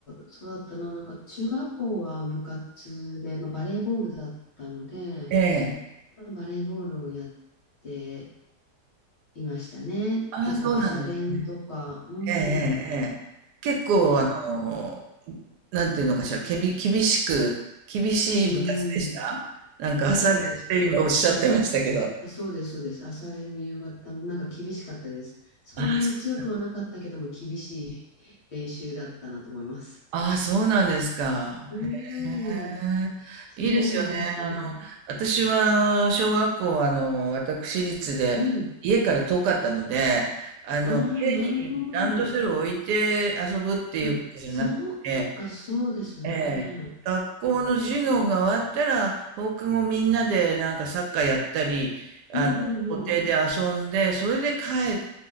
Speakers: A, on the left; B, on the right.
A: そうだったな、なんか中学校は部活で、まあ、バレーボールだったので、
B: ええ。
A: まあバレーボールをやっていましたね。
B: ああ、
A: 結構朝練とか、
B: そうなんですね。
A: うん、
B: ええ、ええ、ええ。結構、
A: いい、
B: あの、なんていうのかしら、けび、厳しく、厳しい部活でしたなんか朝練って今おっしゃってましたけど。
A: うん、そうでした。あ、そうです、そうです。朝練も夕方もなんか厳しかったです。そんなに強くはなかったけども、
B: ああ、
A: 厳しい <laughs> 練習だったなと思います。
B: ああ、そうなんですか。
A: うーん、
B: へえ。
A: そうなんですよ。
B: いいですよね。あの、私は小学校、あの、私立で家から遠かったので、
A: うん。
B: あの、
A: ああ、なるほど。
B: 家にランドセルを置いて遊ぶっていうことじゃなくて、
A: あ、そうか、そうですよね。
B: ええ、
A: うん
B: 学校の授業が終わったら放課後みんなでなんかサッカーやったり、
A: うんうんうん。
B: 校庭で遊んで、それで帰っ